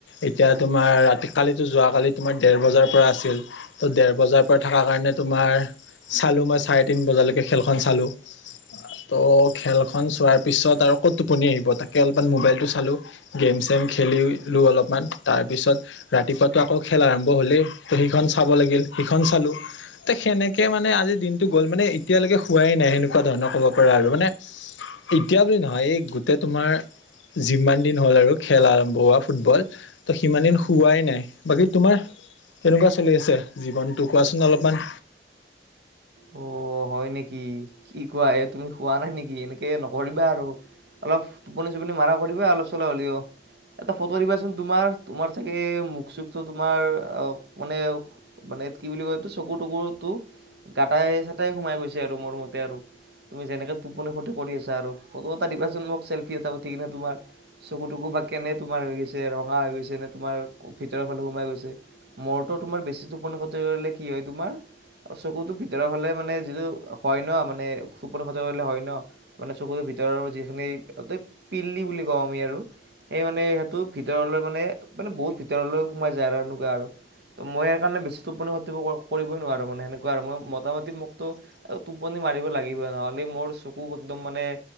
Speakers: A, on the left (about 85°); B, on the right (about 60°).
A: এতিয়া তোমাৰ ৰাতি কালিতো যোৱাকালি তোমাৰ ডেৰ বজাৰ পৰা আছিল। ত' দেৰ বজাৰ পৰা থকা কাৰণে তোমাৰ চালো মই চাৰে তিন বজালৈকে খেলখন চালো। ত' খেলখন চোৱাৰ পিছত আৰু ক'ত টোপনি আহিব তাকে অলপমান মোবাইল টো চালো। গেম চেম খেলিলো অলপমান তাৰপিছত। ৰাতিপুৱাতো আকৌ খেল আৰম্ভ হ'লেই ত সিখন চাব লাগিল সিখন চালো তে সেনেক। কে মানে আজিৰ দিনটো গ'ল মানে এতিয়ালৈকে খোৱাই নাই সেনেকুৱা ধৰণৰ ক'ব পৰা আৰু মানে। এতিয়া বুলি নহয় এই গোটেই তোমাৰ যিমান দিন হ'ল আৰু খেল আৰম্ভ হোৱা ফুটবল। ত' সিমান দিন শোৱাই নাই বাকী তোমাৰ। তেনেকুৱা চলি আছে জীৱনটো কোৱাচোন অলপমান।
B: অ হয় নেকি কি কোৱা এই তুমি খোৱা নাই নেকি এনেকে নকৰিবা আৰু। অলপ টোপনি চটোপনি মৰাা কৰিবা অলপ চলপ হ'লেও। এটা ফটো দিবাচোন তোমাৰ তোমাৰ চাগে মুখ চুখটো তোমাৰ আ মানে। মানে কি বুলি এইটো চকুৰ টকুৰটো গাতাই চাটাই সোমাই গৈছে আৰু মোৰ মতে আৰু। তুমি যেনেকে টোপনি ক্ষতি কৰি আছা আৰু ফটো এটা দিবাচোন মোক চেল্ফি এটা উঠি কিনে তোমাৰ। চকু টকু বা কেনে তোমাৰ হৈ গৈছে ৰঙা হৈ গৈছে নে তোমাৰ ভিতৰৰ ফালে সোমাই গৈছে। মোৰটো তোমাৰ বেছি টোপনি ক্ষতি কৰিলে কি হয় তোমাৰ চকুতো ভিতৰৰ ফালে মানে যিটো হয়, নহ মানে <unintelligible> কৰিলে হয়, নহ। মানে চকুটোৰ ভিতৰৰ যিখিনি <unintelligible> পিল্লি বুলি কওঁ আমি আৰু। এই মানে সেইটো ভিতৰলৈ মানে, মানে বহুত ভিতৰলৈ সোমাই যায় আৰু সেনেকুৱা আৰু। ত' মই সেইকাৰণে বেছি টোপনি ক্ষতি কৰিবই নোৱাৰোঁ মানে সেনেকুৱা আৰু মই মোটামতি মোক টোপনি মাৰিব লাগিবই নহ'লে মোৰ চকু একদম মানে